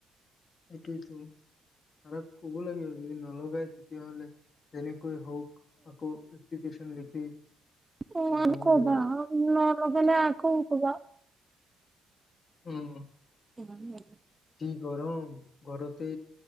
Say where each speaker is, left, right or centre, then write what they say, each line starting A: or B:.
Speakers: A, on the left; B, on the right.
A: সেইটোইটো। ছাৰক ক'ব লাগিব যদি নলগাই তেতিয়াহ'লে, এৰি কৈ হওক, আকৌ এপ্লিকেশন লিখি
B: উম
A: য'ত জমা
B: ক'বা।
A: দিব লাগে।
B: নলগালে আকৌ ক'বা।
A: উম।
B: কিমান লে
A: কি গৰম! ঘৰতে